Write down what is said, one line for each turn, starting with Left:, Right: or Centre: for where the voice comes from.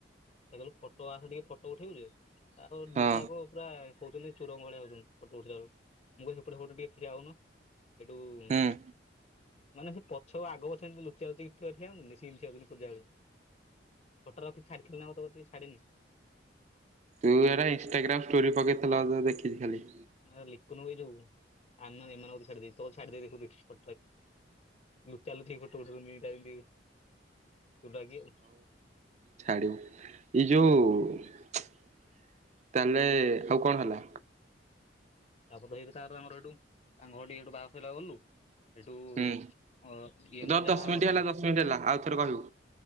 Left: ସେ କହିଲୁ ଫଟୋ ଆସ ଟିକେ ଫଟୋ ଉଠେଇେ ଆ
Right: ହଁ
Left: ଦିଟା କ ପୁରା ହଉଛନ୍ତି <unintelligible> ଚୋରଙ୍କ ଭଳିଆ ହଉଛନ୍ତି ଫଟୋ ଉଠେଇବାକୁ ମୁଁ କହିଲି ସେପଟେ ପଟେ ଟିକେ ଠିଆ ହଉନ।
Right: ହୁଁ
Left: ମାନେ ସେ ପଛ ଆଗପଛ ଏମିତି ଲୁଚା ଲୁଚି ଠିଆ <unintelligible> ଫୋଟ ରଖି ଛାଡ଼ିଥିଲି ନା ଆଉ ଟିକେ ଛାଡିନି।
Right: ତୁ ଏଇଟା ଇନଷ୍ଟାଗ୍ରାମ୍ ଷ୍ଟୋରି ପକେଇ ତୁ ଆଗ ଦେଖିବୁ ଖାଲି।
Left: ଲନ ଯୋଉ ଆମ ଏମାନଙ୍କୁ ଛାଡିଦ ଦେଇ ତ ଛାଦେ ଦେଖଟକି <unintelligible> ଲୁଚା ଲୁଚି ହେଇକି ଫଟୋ ଉଠଉଛନ୍ତି ଏମିତି <unintelligible> ଆଉ।
Right: ଛାଡ଼ ଏଇ ଯଉ ତାହେଲେ ଆଉ କଣ ହେଲା?
Left: ତାପରେ ଧଇରେ ତା ଆମର ସେଇଠୁ ତା ଘର ଟିକେଇଠୁ ବାଘ ସରବାକୁ ଗଲୁ <unintelligible> ଏଇସବୁ
Right: ହୁଁ
Left: ଅ ଇଏ
Right: ଦଶ
Left: ମ
Right: ଦଶ
Left: ଯାହା
Right: ମିନିଟ୍
Left: ଘରେ
Right: ହେଲା
Left: ର।
Right: ଦଶ ମିନିଟ୍ ହେଲା ଆଉଥରେ କହିବୁ।